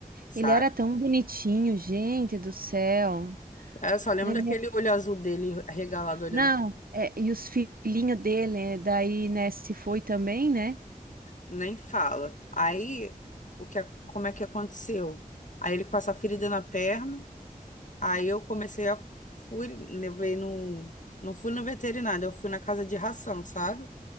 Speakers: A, on the left; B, on the right.
A: sabe?
B: Ele era tão bonitinho, gente do céu.
A: É, Eu só lembro
B: É,
A: daquele olho azul dele regalado olhando,
B: Não, é, e os filhinhos dele, é, daí, né, se foi também, né?
A: nem fala. Aí, o que, a- como é que aconteceu? Aí ele com essa ferida na perna, aí eu comecei a fui, levei no, não fui no veterinário, eu fui na casa de ração, sabe?